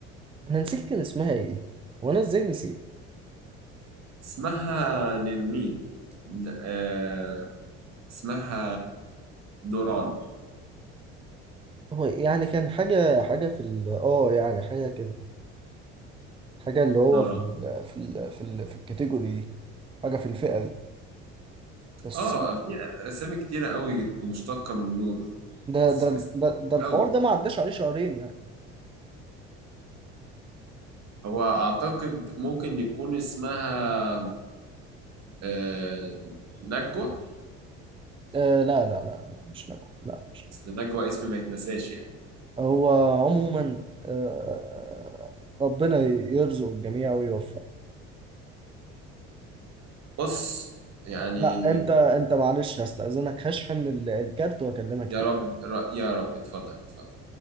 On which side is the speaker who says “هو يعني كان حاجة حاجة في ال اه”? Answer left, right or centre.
Right